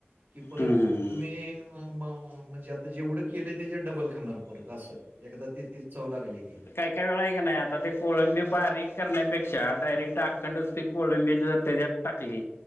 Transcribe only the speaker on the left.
हम्म हम्म
काही काही वेळा आहे का नाही, आता ते कोळंबी बारीक करण्यापेक्षा डायरेक्ट अखंड ती कोळंबी जर त्याच्यात टाकली